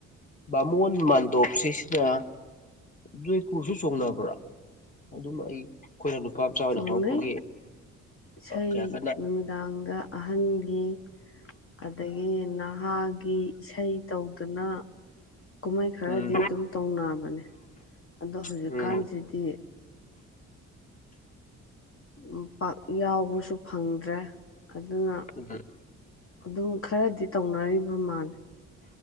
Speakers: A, on the left; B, on the left.
A: ꯕꯥꯃꯣꯟ ꯃꯥꯟꯗꯣꯞꯁꯤꯁꯤꯅ ꯖꯣꯏꯄꯨꯔꯁꯨ ꯆꯣꯡꯅꯕ꯭ꯔꯥ ꯑꯗꯨꯝ ꯑꯩ ꯑꯩꯈꯣꯏꯅ ꯅꯨꯄꯥ ꯃꯆꯥ ꯑꯣꯏꯅ
B: ꯆꯣꯡꯅꯩ
A: ꯍꯧꯔꯛꯄꯒꯤ
B: ꯏꯁꯩ
A: ꯀꯌꯥ ꯀꯟꯅ
B: ꯅꯨꯃꯤꯗꯥꯡꯗ ꯑꯍꯟꯒꯤ ꯑꯗꯩꯩ ꯅꯍꯥꯒꯤ ꯏꯁꯩ ꯇꯧꯗꯅ ꯀꯨꯝꯍꯩ ꯈꯔꯗꯤ
A: ꯎꯝ
B: ꯑꯗꯨꯝ ꯇꯧꯅꯕꯅꯦ ꯑꯗꯣ ꯍꯧꯖꯤꯛꯀꯥꯟꯁꯤꯗꯤ
A: ꯎꯝ
B: ꯎꯝ ꯄꯥꯛ ꯌꯥꯎꯕꯁꯨ ꯐꯪꯗ꯭ꯔꯦ ꯑꯗꯨꯅ
A: ꯎꯝ
B: ꯑꯗꯨꯝ ꯈꯔꯗꯤ ꯇꯧꯅꯔꯤꯕ ꯃꯥꯜꯂꯦ